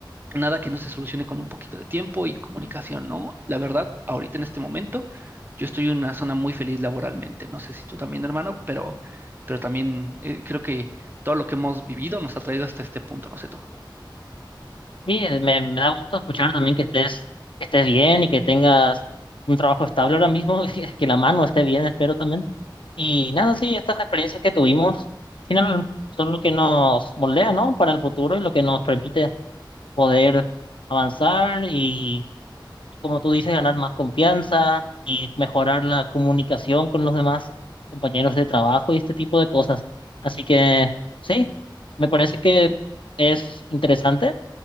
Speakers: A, on the right (about 25°); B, on the left (about 85°).
A: nada que no se solucione con un poquito de tiempo y comunicación, ¿no? La verdad, ahorita en este momento, yo estoy en una zona muy feliz laboralmente. No sé si tú también, hermano, pero, pero también eh, creo que todo lo que hemos vivido nos ha traído hasta este punto, no sé tú.
B: Sí, eh, me, me da gusto escuchar también que estés, que estés bien y que tengas un trabajo estable ahora mismo, <laughs> que que la mano esté bien, espero también. Y nada, sí, estas experiencias que tuvimos, al final son lo que nos moldea, ¿no? Para el futuro y lo que nos permite poder avanzar y, como tú dices, ganar más confianza y mejorar la comunicación con los demás compañeros de trabajo y este tipo de cosas. Así que sí, me parece que es interesante